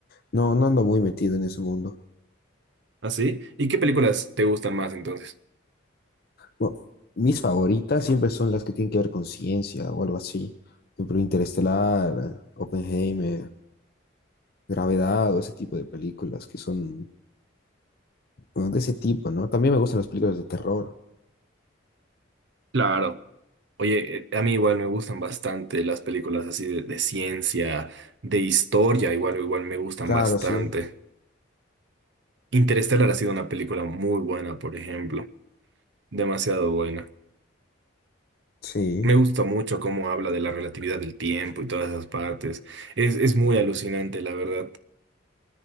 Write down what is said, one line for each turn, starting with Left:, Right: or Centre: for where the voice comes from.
Left: no, no ando muy metido en ese mundo.
Right: ¿Así? ¿Y qué películas te gustan más entonces?
Left: Bueno, mis favoritas siempre son las que tienen que ver con ciencia o algo así. Por ejemplo, Interestelar, Oppenheimer, Gravedad o ese tipo de películas que son, bueno, de ese tipo, ¿no? También me gustan las películas de terror.
Right: Claro. Oye, eh, a mí igual me gustan bastante las películas así de, de ciencia, de historia, igual, igual me gustan
Left: Claro,
Right: bastante.
Left: sí,
Right: Interestelar ha sido una película muy buena, por ejemplo, demasiado buena.
Left: sí.
Right: Me gusta mucho cómo habla de la relatividad del tiempo y todas esas partes. Es, es muy alucinante, la verdad.